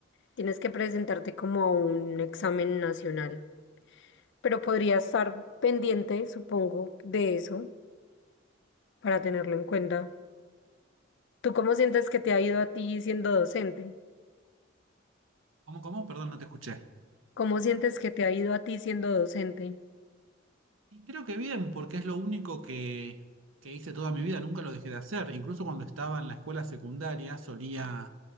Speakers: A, on the left; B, on the right.
A: tienes que presentarte como a un examen nacional, pero podría estar pendiente, supongo, de eso para tenerlo en cuenta. ¿Tú cómo sientes que te ha ido a ti siendo docente?
B: ¿Cómo, cómo? Perdón, no te escuché.
A: ¿Cómo sientes que te ha ido a ti siendo docente?
B: Y creo que bien, porque es lo único que, que hice toda mi vida, nunca lo dejé de hacer. Incluso cuando estaba en la escuela secundaria solía